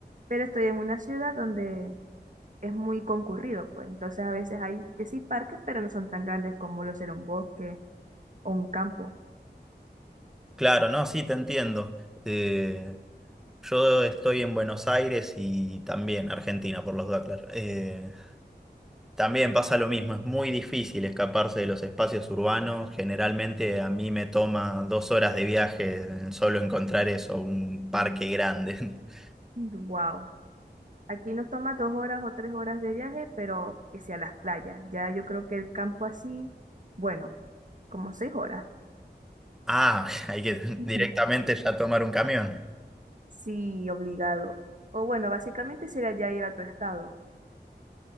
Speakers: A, on the right; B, in the centre.
A: pero estoy en una ciudad donde es muy concurrido, pues entonces a veces hay que sí parques, pero no son tan grandes como lo será un bosque o un campo.
B: claro, no, sí, te entiendo. Eh, Yo estoy en Buenos Aires y también Argentina, por los dudas, claro. Eh, también pasa lo mismo, es muy difícil escaparse de los espacios urbanos. Generalmente a mí me toma dos horas de viaje solo encontrar eso, un parque grande. <laughs>
A: Wow. Aquí nos toma dos horas o tres horas de viaje, pero que sea las playas. Ya yo creo que el campo así, bueno, como seis horas.
B: Ah, <laughs> hay que
A: Ujú.
B: directamente ya tomar un camión.
A: Sí, obligado. O bueno, básicamente sería ya ir a otro estado,